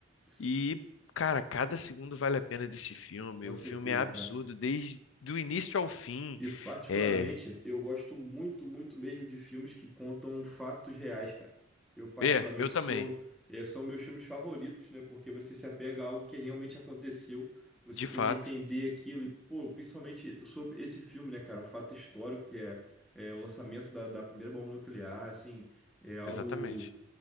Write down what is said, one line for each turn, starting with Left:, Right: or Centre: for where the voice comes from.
Centre: Isso,
Left: E, cara, cada segundo vale a pena desse filme.
Centre: com
Left: O
Centre: certeza,
Left: filme é absurdo
Centre: cara.
Left: desde do início ao fim.
Centre: E particularmente,
Left: É,
Centre: eu gosto muito, muito mesmo de filmes que contam fatos reais, cara. Eu particularmente
Left: é, eu também,
Centre: sou, eh, são meus filmes favoritos, né? Porque você se apega a algo que realmente aconteceu, você
Left: de
Centre: tenta
Left: fato,
Centre: entender aquilo e, pô, principalmente sobre esse filme, né, cara? Um fato histórico que é, é, o lançamento da, da primeira bomba nuclear, assim, é algo
Left: exatamente.